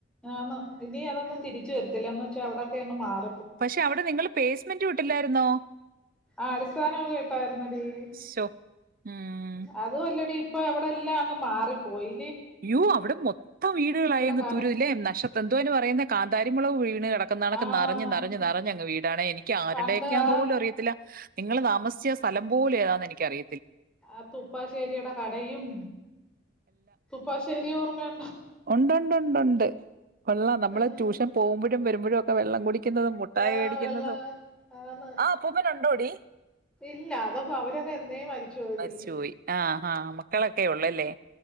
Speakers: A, in the centre; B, on the right.
A: ആന്ന് ഇനി അതൊന്നും തിരിച്ച് വരത്തില്ല എന്ന് വെച്ചാ അവടെക്കെ അങ്ങ് മാറി
B: പക്ഷെ അവടെ നിങ്ങള് പേസ്മെന്റ് ഇട്ടില്ലായിര്ന്നോ?
A: അടിസ്ഥാന <unintelligible>
B: ശോ ഉം
A: അതോല്ലടി പ്പവടെല്ലാം അങ്ങ് മാറി പോയി.
B: യോ അവടെ മൊത്തം വീട്കളായി അങ്ങ്
A: കാട്
B: തുരുലെ നഷ്ത്ര എന്തോ അതിന് പറയുന്നേ കാ‍ന്താരി മൊളക് വീണ് കെടക്കുന്ന നാളൊക്കെ
A: ആഹ്
B: നെറഞ് നെറഞ് കിട ക്കാണ് എനിക്കാരുടെക്കാന്ന്
A: പണ്ട് ആ
B: പോലുമറിയത്തില്ല ഇങ്ങള് താമസിച്ചിര്ന്ന സ്ഥലം പോലും ഏതാ നെനിക്കറി
A: ആഹ് തുപ്പശ്ശേരിയുടെ കടയും തുപ്പാശ്ശേരി ഓർമയു
B: ഉണ്ടോണ്ട്ണ്ട്ണ്ട് ഉള്ള നമ്മള്
A: ആഹ്
B: ട്യൂഷൻ പോകുമ്പഴും വര് മ്പഴും ഒക്ക വെള്ളങ്കുടി ക്ക്ന്നതും മുട്ടായി
A: ആഹ്
B: വേടിക്കുന്നതും
A: വെള്ള ആന്ന്
B: ആ അപ്പൂപ്പനുണ്ടോടി
A: ഇല്ല അതൊക്കെ അവരൊക്കെ എന്നേ മരിച്ചുപോയെടി
B: മരിച്ച് പോയി ആഹ് ആഹ് മക്കളൊക്കെ ഉള്ളല്ലേ